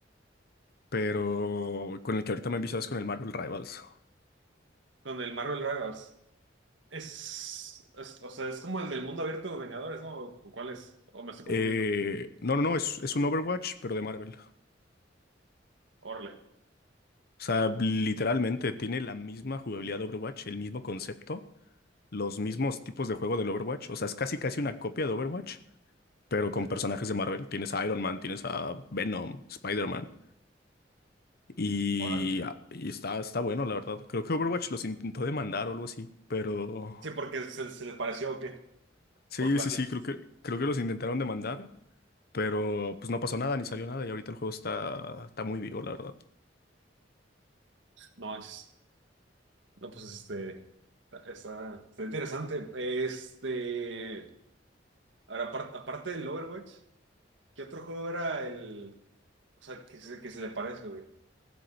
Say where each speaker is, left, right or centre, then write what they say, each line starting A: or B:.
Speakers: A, on the left (about 55°); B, on the right (about 75°).
A: pero con el que ahorita me he enviciado es con el Marvel Rivals.
B: Con el Marvel Rivals. Es, es- o sea, es como el del mundo abierto de Vengadores, ¿no? ¿O cuál es? ¿O me estoy
A: Eh,
B: confundiendo?
A: no, no, no, es, es un Overwatch, pero de Marvel.
B: Órale.
A: O sea, literalmente tiene la misma jugabilidad de Overwatch, el mismo concepto, los mismos tipos de juego del Overwatch, o sea, es casi casi una copia de Overwatch pero con
B: Sí.
A: personajes de Marvel. Tienes a Iron Man, tienes a Venom, Spider-Man. Y,
B: Órale.
A: ah, y está, está bueno, la verdad. Creo que Overwatch los intentó demandar o algo así, pero
B: Sí, porque se, se le pareció o qué,
A: sí,
B: por plagio.
A: sí, sí, creo que, creo que los intentaron demandar, pero pues no pasó nada, ni salió nada, y ahorita el juego está, está muy vivo, la verdad.
B: No manches. No, pues este, está, está- interesante. Este, ahora, apar- aparte del Overwatch, ¿qué otro juego era el, o sea, que se, que se le parece, güey?